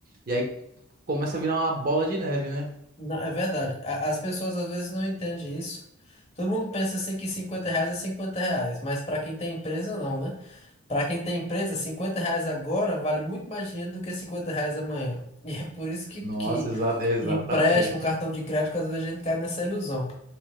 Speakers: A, on the right (about 40°); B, on the left (about 30°).
A: E aí começa a virar uma bola de neve, né?
B: Não, é verdade. A- As pessoas às vezes não entendem isso. Todo mundo pensa assim que 50 reais é 50 reais, mas para quem tem empresa, não, né? Para quem tem empresa, 50 reais agora vale muito mais dinheiro do que 50 reais amanhã. E é por isso que,
A: Nossa,
B: que
A: exa exatamente.
B: empréstimo, cartão de crédito, às vezes a gente cai nessa ilusão.